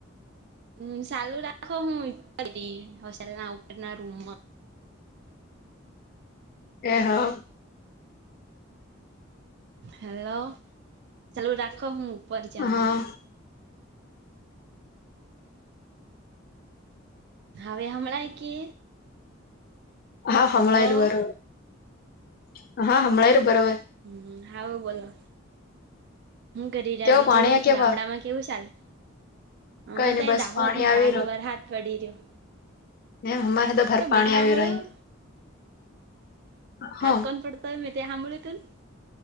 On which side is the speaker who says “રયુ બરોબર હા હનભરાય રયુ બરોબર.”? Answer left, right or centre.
Left